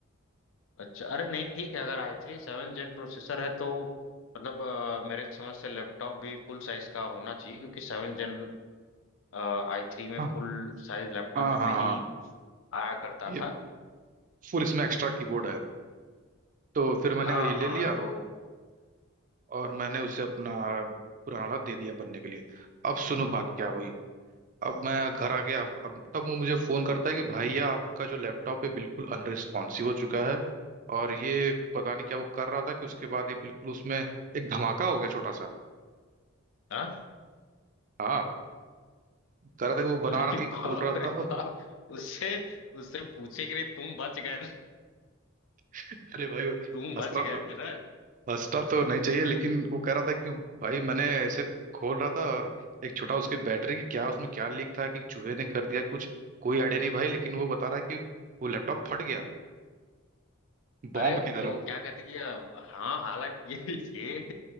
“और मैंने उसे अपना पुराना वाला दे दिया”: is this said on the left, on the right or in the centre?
Right